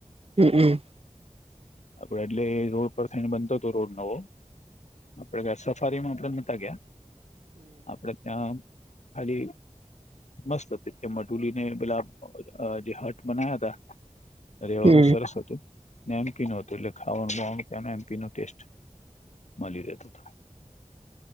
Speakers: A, on the right; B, on the left.
A: હમ હમ.
B: આપડે એટલે એટલે રોડ પર થઈને બનતો હતો રોડ નવો આપણે સફારીમાં આપણે નતા ગયા આપણે ત્યાં ખાલી. મસ્ત હતી જે મઢુલીને પેલા અ જે હટ બનાયા હતા. રેવાનું
A: હમ
B: સરસ હતું ને એમપીનુ હતું એટલે ખાવાનુંબાવાનું તયાનુ એમપી નુ ટેસ્ટ માલી રહેતો તો